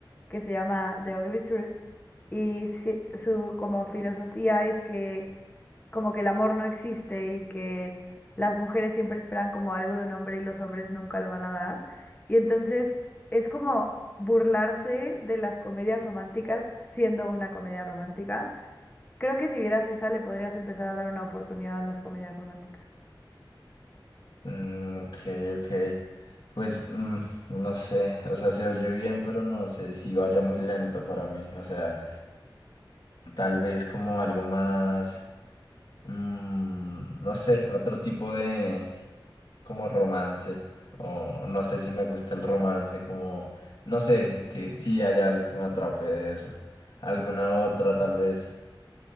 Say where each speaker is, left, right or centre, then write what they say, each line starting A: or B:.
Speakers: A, on the left (about 20°); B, on the left (about 60°).
A: que se llama The Ugly Truth y sí- su como filosofía es que como que el amor no existe y que las mujeres siempre esperan como algo de un hombre y los hombres nunca lo van a dar. Y entonces es como burlarse de las comedias románticas siendo una comedia romántica. Creo que si vieras esa le podrías empezar a dar una oportunidad a las comedias románticas.
B: Mm, ok, ok. Pues mm, no sé, o sea, se oye bien, pero no sé si vaya muy lento para mí. O sea, tal vez como algo más. Mm, no sé, otro tipo de como romance. O no sé si me gusta el romance, como no sé si que si haya algo que me atrape de eso. Alguna otra tal vez.